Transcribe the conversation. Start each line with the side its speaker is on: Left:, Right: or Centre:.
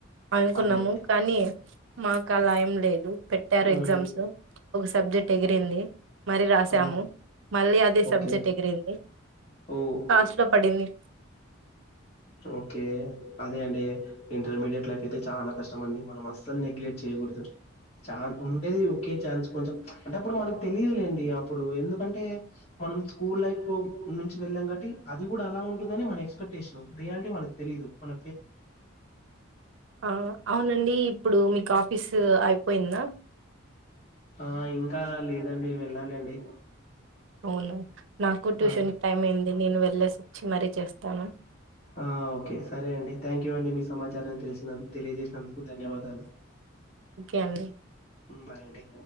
Right: అనుకున్నాము
Left: అదే అదే.
Right: కానీ మాకు అలా ఏం లేదు పెట్టారు
Left: హ్మ్.
Right: ఎగ్జామ్స్ ఒక సబ్జెక్ట్ ఎగిరింది మరి రాసాము
Left: ఓహ్!
Right: మళ్ళీ అదే
Left: ఓకే.
Right: సబ్జెక్ట్ ఎగిరింది
Left: ఓహ్!
Right: లాస్ట్లో పడింది
Left: ఓకే అదే అండి ఇంటర్మీడియట్ లైఫ్ అయితే చాలా కష్టం అండి మనం అస్సలు నెగ్లెక్ట్ చేయకూడదు చాన్ ఉండేది ఒకే ఛాన్స్ కొంచెం అంటే అప్పుడు మనకు తెలిదులేండి అప్పుడు ఎందుకంటే మనం స్కూల్ లైఫ్ నుంచి వెళ్ళాం కాట్టి అది కూడా అలా ఉంటుందని మన ఎక్స్పెక్టేషన్ రియాలిటీ మనకు తెలీదు మన
Right: ఆ అవునండి ఇప్పుడు మీకు ఆఫీస్ టూ అయి పోయిన్నా
Left: ఆ ఇంకా లేదండి వెళ్ళాలండి
Right: అవునా నాకు ట్యూషన్
Left: ఆ
Right: కి టైమ్ అయింది నేను వెళ్లేసి వచ్చి మరీ చేస్తా తను
Left: ఆ ఒకే సరే అండి థ్యాంక్ యూ అండి మీ సమాచారాన్ని తెలిసిన తెలియజేసినందుకు ధన్యవాదాలు
Right: ఓకే అండి
Left: మ్మ్ బాయ్ అండి